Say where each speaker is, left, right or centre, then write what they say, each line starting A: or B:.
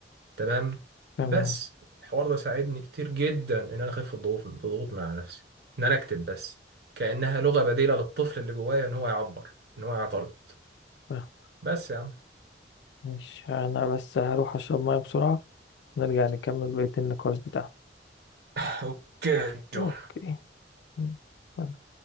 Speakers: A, on the right; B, on the left.
A: تمام
B: تمام
A: بس الحوار ده ساعدني كتير جدا ان انا اخف الضغوط الضغوط من على نفسي ان انا اكتب بس كانها لغه بديله للطفل اللي جوايا ان هو يعبر ان هو يعترض
B: فاهم.
A: بس يا عم
B: مش انا بس هروح اشرب ميه بسرعة نرجع نكمل بقية النقاش بتاعنا
A: <laughs> اوكي جو
B: اوكي مم. تمام.